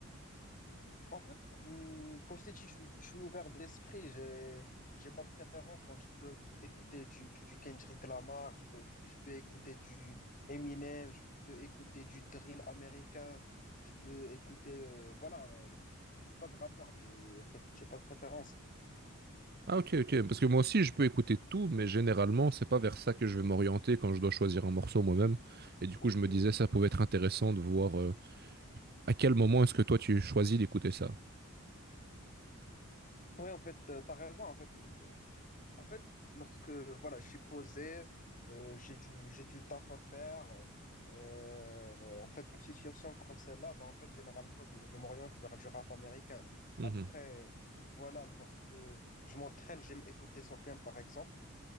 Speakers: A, on the left; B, on the right.
A: En fait, hum, comme je t'ai dit, je suis, je suis ouvert d'esprit, j'ai, j'ai pas de préférence, donc je peux écouter du, du Kendrick Lamar, je peux, je peux écouter du Eminem, je peux écouter du drill américain, je peux écouter, euh, voilà, euh, pas de rappeur, je, en fait, j'ai pas de préférence.
B: Ah ok, ok, parce que moi aussi je peux écouter tout, mais généralement c'est pas vers ça que je vais m'orienter quand je dois choisir un morceau moi-même. Et du coup
A: Ok.
B: je me
A: Oui,
B: disais ça pouvait être intéressant de voir euh, à quel moment est-ce que toi tu choisis d'écouter ça.
A: en fait, euh, t'as raison, en fait, En fait, lorsque voilà, je suis posé, euh, j'ai du, j'ai du taf à faire. euh, en fait, une situation comme celle-là, bah, en fait, généralement, je, je m'oriente vers du rap américain.
B: Mhm,
A: Après, voilà, lorsque je m'entraîne, j'aime écouter Sofiane, par exemple.